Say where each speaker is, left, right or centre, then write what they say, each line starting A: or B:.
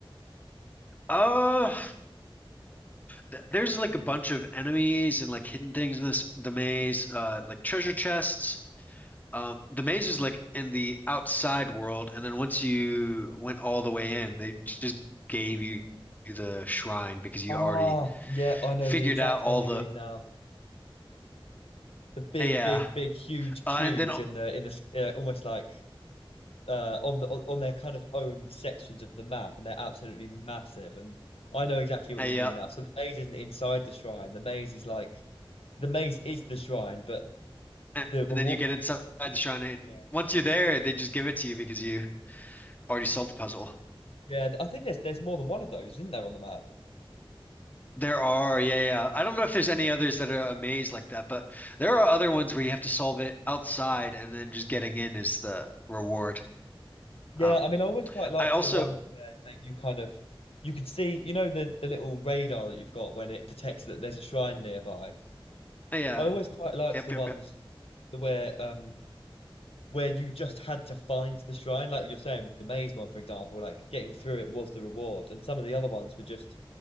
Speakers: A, on the left; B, on the left.
A: Uh th- there's like a bunch of enemies and like hidden things in this the maze, uh, like treasure chests. Um, the maze is like in the outside world, and then once you went all the way in, they just gave you the shrine because you
B: Ah,
A: already
B: yeah, I know
A: figured
B: the exact
A: out all
B: one you
A: the
B: mean now. the big,
A: yeah.
B: big, big, huge cubes
A: Uh, and then uh,
B: in the in the uh, almost like uh on the on their kind of own sections of the map, and they're absolutely massive. And I know exactly what
A: yeah,
B: you mean now. So the maze isn't inside the shrine. The maze is like the maze is the shrine, but
A: and,
B: the reward.
A: and then you get inside the shrine, and
B: Yeah, yeah,
A: once you're
B: that's
A: there,
B: it.
A: they just give it to you because you already solved the puzzle.
B: Yeah, I think there's there's more than one of those, isn't there, on the map?
A: There are, yeah, yeah. I don't know if there's any others that are a maze like that, but there are other ones where you have to solve it outside and then just getting in is the reward.
B: Yeah,
A: Um,
B: I mean, I always quite liked
A: I also,
B: the ones where like, you kind of you could see, you know, the the little radar that you've got when it detects that there's a shrine nearby.
A: yeah,
B: I always quite liked
A: yep,
B: the
A: yep,
B: ones
A: yep.
B: the where um where you just had to find the shrine, like you're saying with the maze one, for example, like getting through it was the reward, and some of the other ones were just